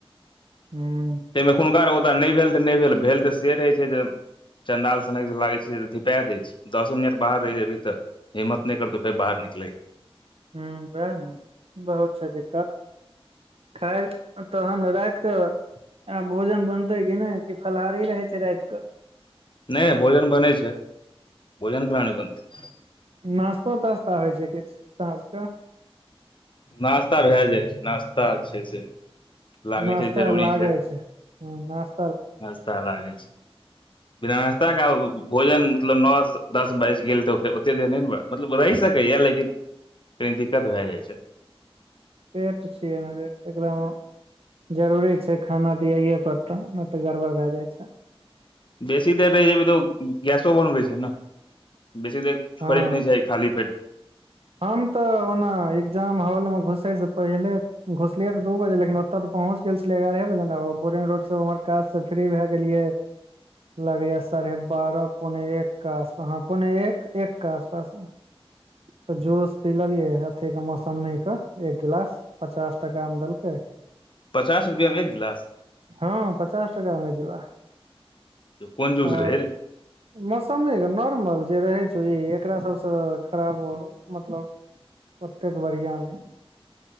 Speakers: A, on the right; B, on the left.
A: हू
B: ताहिमे अखुनका रौदा नहि भेल तऽ नहि भेल भेल तऽ से रहै छै जे चंडाल सनक लागै छै धिपा दै छै दसो मिनट बाहर रहै छै अभी तऽ हिम्मत नहि करतो फेर बाहर निकलय के
A: ह वएह ने बहुत छै दिक्कत खैर तहन राति कऽ आब भोजन बनतै कि नहि की फलाहारी रहै छै राति कऽ
B: नहि भोजन बने छै भोजन केना नय बनतै
A: नास्तो तास्ता होइ छै किछ साँझ के
B: नास्ता भए जाइ छै नास्ता छै से लागै
A: नाश्ता
B: छै जरूरी
A: लागय छै हूं नाश
B: नास्ता लागै छै बिना नास्ताे आ भोजन मतलब नओ दस बाइज गेल तऽ फेर ओतेक देर नहि ने मतलब रहि सकैए लेकिन तनी दिक्कत भए जाइत छै
A: पेट छिय एकरा मे जरूरी छै खाना दियइए परड़तऽ नहि तऽ गड़बड़ भए जाइ छै
B: बेसी देर रहै जेबय तऽ गैसो बनबै छै ने बेसी देर छोड़ेके
A: हँ
B: नहि चाही खाली पेट
A: हम तऽ ओना एग्जाम हॉल मे घुसय से पहिले घुसलिय तऽ दू बजे लेकिन ओतय तऽ पहुँच गेल छलै एगारहे बजे बोरिंग रोडसँ ओम्हर काज त फ्री भए गेलियै लगैया साढ़े बारह पौने एकके आसपास ह पौने एक एकके आसपास तऽ जूस पी लेलियए अथी के मौसमी के एक गिलास पचास टाका मे देलकै
B: पचास रुपया मे एक गिलास
A: हँ पचास टाका मे एक गिलास
B: कोन जूस
A: ह
B: रहै रे
A: मौसमी के नोर्मल जे रहय छै एकरा सबसँ खराब मतलब ओतेक बढ़ियां नहि